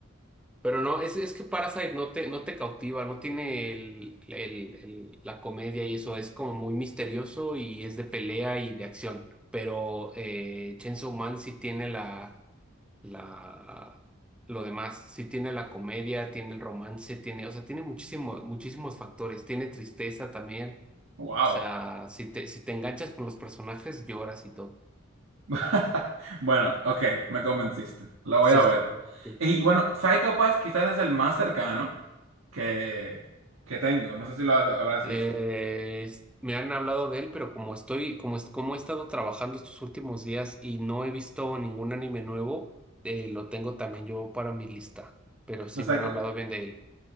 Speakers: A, in the centre; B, on the right.
A: Pero no, es, es que Parasite no te, no te cautiva, no tiene el, el- el- la comedia y eso, es como muy misterioso y es de pelea y de acción. Pero eh, Chainsaw Man sí tiene la, la, lo demás, sí tiene la comedia, tiene el romance, tiene, o sea, tiene muchísimo, muchísimos factores, tiene tristeza también.
B: Wow.
A: O sea, si te, si te enganchas con los personajes, lloras y todo.
B: <laughs> Bueno, ok, me convenciste. Lo voy
A: Sí,
B: a ver.
A: sí. sí.
B: Y bueno, Psycho Pass quizás es el más cercano que, que tengo. No sé si lo has- habrás
A: Eh,
B: visto.
A: es- me han hablado de él, pero como estoy, como, es- como he estado trabajando estos últimos días y no he visto ningún anime nuevo, eh, lo tengo también yo para mi lista. Pero sí
B: No, Psycho,
A: me han hablado bien de él.